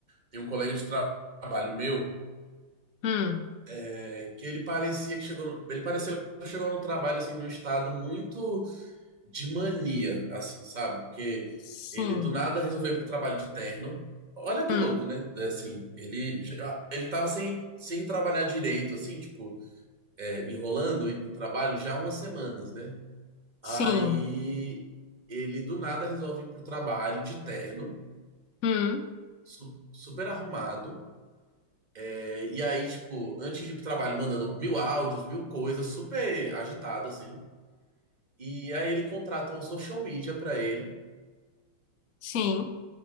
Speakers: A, on the right; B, on the left.
A: Tem um colega de tra- trabalho meu,
B: Hum,
A: é, que ele parecia que chegou, no- ele pareceu que chegou no trabalho, assim, num estado muito de mania, assim, sabe? Porque
B: sim,
A: ele do nada resolveu ir pro trabalho de terno. Olha que
B: hum,
A: louco, né? É, Assim, ele já, ele tava sem, sem trabalhar direito, assim, tipo, é, enrolando ir pro trabalho já há umas semanas, né?
B: sim,
A: Aí ele do nada resolve ir pro trabalho de terno,
B: hum,
A: su- super arrumado. É, e aí, tipo, antes de ir pro trabalho, mandando mil áudios, mil coisas, super agitado, assim. E aí ele contrata uma social media pra ele.
B: sim,